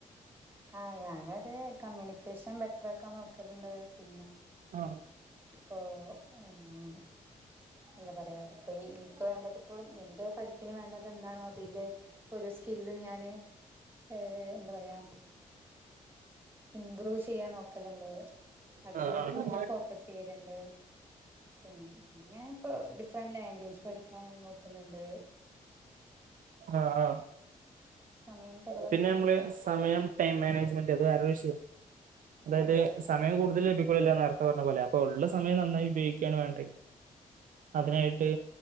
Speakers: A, on the right; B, on the right.
A: ഹാ ഞാനത് കമ്മ്യൂണിക്കേഷൻ ബെറ്ററാക്കാൻ നോക്കലിണ്ട് പി
B: ആ
A: പോ ആം <inaudible> എന്തപറയാ ഇപ്പൊ ഇൻക്ക് വേണ്ടതിപ്പോ എന്റെ പഠിപ്പിന് വേണ്ട അതെന്താണോ തില് ഒരു സ്കില്ലും ഞാന് എ എന്താ പറയാ ഇംമ്പ്രൂവ് ചെയ്യാൻ നോക്കലിണ്ട് അതില്
B: ആ ആ
A: കൂടുതൽ ഫോക്കസ്ചെയ്യൽണ്ട് പി പിന്ന ഇപ്പൊ ഡിഫറന്റ് ലാംഗ്വേജ് പഠിക്കാൻ നോക്കുന്നിണ്ട്
B: ആ ആ
A: സമയം ചെലവഴിക്കുന്ന
B: പിന്നെ നമ്മള് സമയം ടൈം മാനേജ്മെന്റ് വേറെ വിഷയം അതായത്
A: അതെ അതെ
B: സമയം കൂടുതൽ ലഭിക്കൂല്ലാന്ന് പറഞ്ഞ പോലെ അപ്പൊ ഉള്ള സമയം നന്നായി ഉപയോഗിക്കുവാണ് വേണ്ടെ അതിനായിട്ട്
A: അതെ അതെ